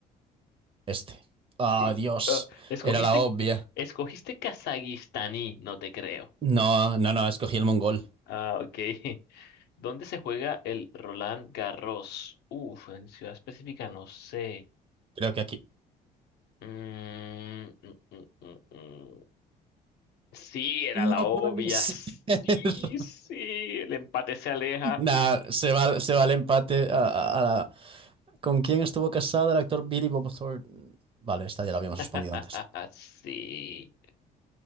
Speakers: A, on the right; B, on the left.
A: este. Ah,
B: Sí.
A: Dios.
B: Ah, escogiste,
A: Era la obvia.
B: escogiste Kazajistaní, no te creo.
A: No, no, no, escogí el mongol.
B: Ah, ok. <laughs> ¿Dónde se juega el Roland Garros? Uf, en ciudad específica no sé.
A: Creo que aquí.
B: Mm, mm, mm, mm, mm. Sí, era
A: No
B: la obvia.
A: puede ser.
B: Sí,
A: <laughs>
B: sí, el empate se aleja.
A: Nah, se va, se va el empate a, a- a la- ¿Con quién estuvo casado el actor Billy Bob Thornton? Vale, esta ya la habíamos
B: <laughs>
A: respondido antes.
B: Sí.